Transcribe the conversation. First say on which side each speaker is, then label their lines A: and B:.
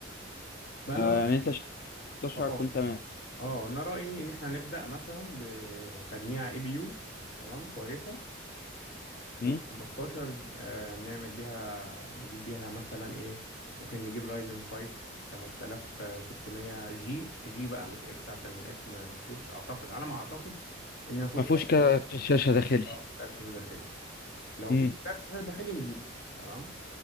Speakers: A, on the left (about 85°); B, on the left (about 50°).
A: فانا
B: آه،
A: رأ...
B: يعني انت 16
A: اه
B: هتكون تمام
A: اه انا رايي ان احنا نبدا مثلا بتجميع اي بي يو تمام كويسه
B: مم؟
A: في ال 15 آه، نعمل بيها نجيب بيها مثلا ايه ممكن نجيب رايزن 5 5600 جي جي بقى مش اكس عشان الاكس ما ما فيهوش اعتقد على ما اعتقد ان ما فيهوش
B: ما فيهوش
A: كارت
B: كارت شاشه داخلي
A: اه كارت شاشه داخلي لو
B: امم
A: في كارت شاشه داخلي نجيبه تمام